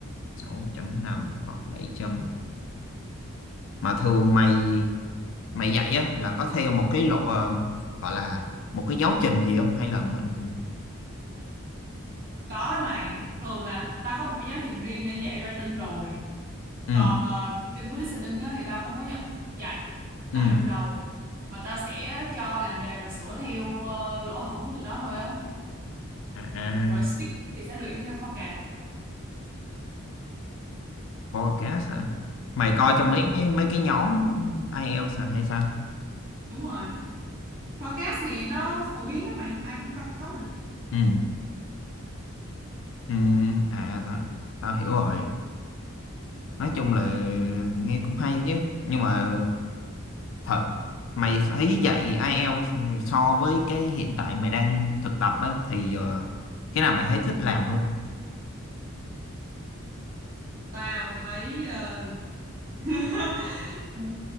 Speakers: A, on the left; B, on the right.
A: sáu chấm năm hoặc bảy chấm mà thường mày mày dạy á là có theo một cái lộ ờ, gọi là một cái giáo trình gì không hay là mình
B: Có đó mày, thường là tao có một cái giáo trình riêng để dạy writing rồi.
A: ừ
B: Còn ờ, reading với listening á, thì tao không có nhập dạy lại
A: ừ
B: từ đầu. Mà tao sẽ cho làm đề rồi sửa theo ờ, lỗ hổng của tụi nó thôi á.
A: à, à,
B: Rồi speaking thì sẽ luyện theo forecast.
A: podcast hả mày coi trong
B: Ừ,
A: mấy cái- mấy cái nhóm ai IELTS hả hay sao
B: đúng rồi. Forecast thì nó phổ biến lắm mày, ai cũng có mà.
A: ừ ừ à tao tao hiểu rồi nói chung là nghe cũng hay chứ nhưng mà thật mày thấy dạy ai IELTS so với cái hiện tại mày đang thực tập á thì ờ, cái nào mày thấy thích làm hơn
B: Tao thấy ờ, <laughs> Ừ.